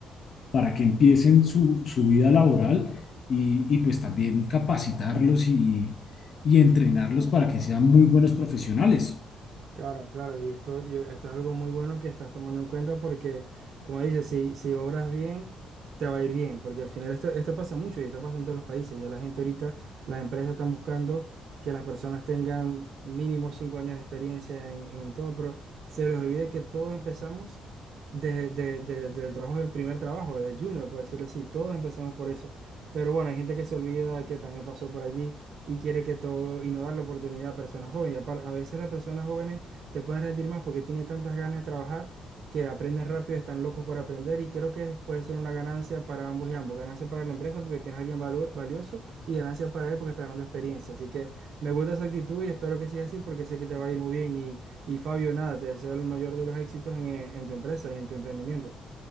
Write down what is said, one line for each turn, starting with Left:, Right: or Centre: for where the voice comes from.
Left: para que empiecen su, su vida laboral y, y, pues también capacitarlos y, y entrenarlos para que sean muy buenos profesionales.
Right: Claro, claro, y esto, yo- esto es algo muy bueno que estás tomando en cuenta porque, como dices, si, si obras bien, te va a ir bien, porque al final esto, esto pasa mucho y esto pasa en todos los países. Ya la gente ahorita, las empresas están buscando que las personas tengan mínimo cinco años de experiencia en, en todo, pero se les olvide que todos empezamos de, de- de- del trabajo, del primer trabajo, de junior, por decirlo así, todos empezamos por eso. Pero bueno, hay gente que se olvida que también pasó por allí y quiere que todo y no dar la oportunidad a personas jóvenes. Y apar- a veces las personas jóvenes te pueden rendir más porque tienen tantas ganas de trabajar que aprenden rápido, están locos por aprender y creo que puede ser una ganancia para ambos y ambos. Ganancia para la empresa porque tienes a alguien valu- valioso y ganancia para él porque está ganando experiencia. Así que me gusta esa actitud y espero que siga así porque sé que te va a ir muy bien. Y, y Fabio, nada, te deseo el mayor de los éxitos en en tu empresa y en tu emprendimiento.